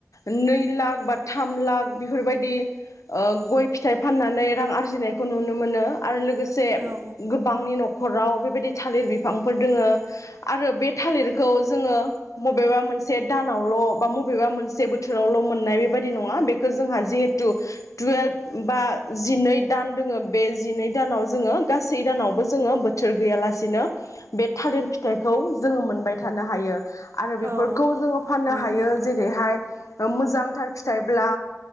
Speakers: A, on the left (about 75°); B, on the right (about 50°).
A: नै लाख बा थाम लाख बेफोरबायदि ओ गय फिथाइ फाननानै रां आरजिनायखौ नुनो मोनो आरो लोगोसे
B: औ
A: गोबांनि नखर खराव बेबायदि थालिर बिफांफोर दोङो आरो बे थालिरखौ जोङो बबेबा मोनसे दानावलबा बबेबा मोनसे बोथोरावल मोननाय बेबायदि नङा बेखौ जोंहा जिहेथु टुवेल्भ बा जिनै दान दोङो बे जिनै दानाव जोङो गासै दानावबो जोङो बोथोर गैयालासेनो बे थालिर फिथाइखौ जोङो मोनबाय थानो हायो आरो बेफोरखौ
B: औ
A: जोङो फाननो
B: नंगौ
A: हायो
B: नंगौ
A: जेरैहाय ओ मोजांथार फिथाइब्ला